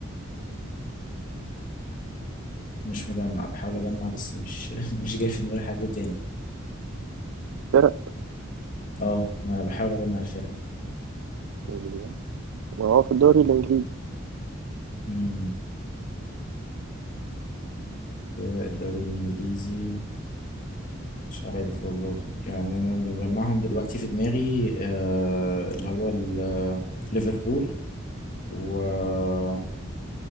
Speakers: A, on the left; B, on the right.
A: مش مجمع بحاول اجمع بس مش <laughs> مش جاي في دماغي حد تاني
B: فرق
A: اه ما انا بحاول اجمع الفرق
B: انجليزي هو في الدوري الانجليزي
A: امم فرق الدوري الانجليزي مش عارف والله يعني انا اللي مجمعهم دلوقتي في دماغي آه اللي هو ال- آه، ليفربول و آه،